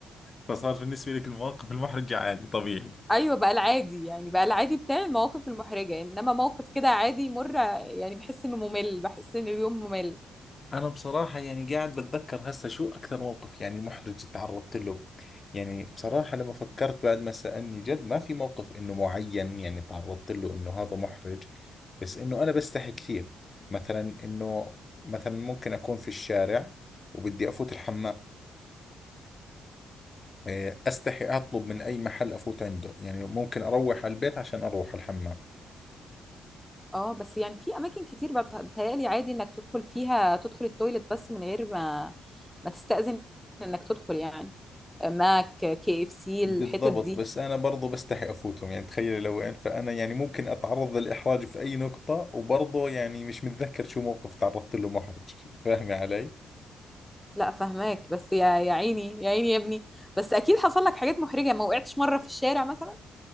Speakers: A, on the left (about 35°); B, in the centre.
A: فصار بالنسبة لك المواقف المحرجة عادي طبيعي
B: ايوه بقى العادي يعني بقى العادي بتاعي المواقف المحرجه انما موقف كده عادي يمر يعني بحس انه ممل بحس ان اليوم ممل
A: أنا بصراحة يعني قاعد بتذكر هسه شو أكثر موقف يعني محرج تعرضت له يعني بصراحة لما فكرت بعد ما سألني جد ما في موقف إنه معين يعني تعرضت له إنه هذا محرج بس إنه أنا بستحي كثير مثلا إنه مثلا ممكن أكون في الشارع وبدي أفوت الحمام إيه، أستحي أطلب من أي محل أفوت عنده يعني ممكن أروح على البيت عشان أروح الحمام
B: اه بس يعني في اماكن كتير بقى بت- بتهيألي عادي انك تدخل فيها تدخل التويلت بس من غير ما ما تستأذن انك تدخل يعني ماك كي اف سي
A: بالضبط
B: الحتت دي
A: بس أنا برضو بستحي أفوتهم يعني تخيل لو وين فأنا يعني ممكن أتعرض للإحراج في أي نقطة وبرضو يعني مش متذكر شو موقف تعرضت له محرج <laughs> فاهمي علي؟
B: لا فهماك بس يا يا عيني يا عيني يا ابني بس اكيد حصل لك حاجات محرجه ما وقعتش مره في الشارع مثلا